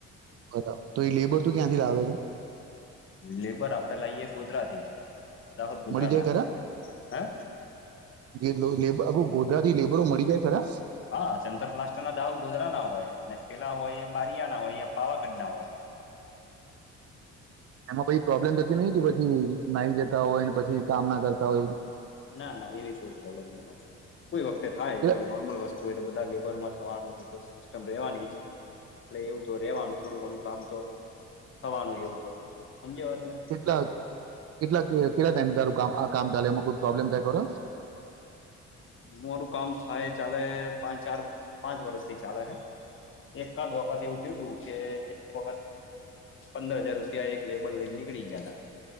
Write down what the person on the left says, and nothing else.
લેબર આપડે લાઈએ ગોધરાથી. દાહોદ ગોધરાના
હે
હા ચંતર પ્લાસ્ટર ના દઉલ ગોધરા ના હોય અને પેલા હોય એ બારીયા ના હોય પાવાગઢ ના હોય.
ના ના એવી કોઈ પ્રોબ્લેમ નઈ કોઈ વખતે થાય
તો નોરર્મલ વસ્તુ. હોય તો બધા લેબર માં થવાનું છે તો સિસ્ટમ રહેવાની જ એટલે એવું તો રેવાનું થોડું ઘણું કામ તો થવાનું એવું તો સમજ્યા વાત ને
મારું કામ થાય ચાલે પાંચ ચાર પાંચ વર્ષથી ચાલે એકાદ વખત એવું થયું તું કે એક વખત પંદર હજાર રૂપિયા એક લેબલ લઈ નીકળી ગયા હતા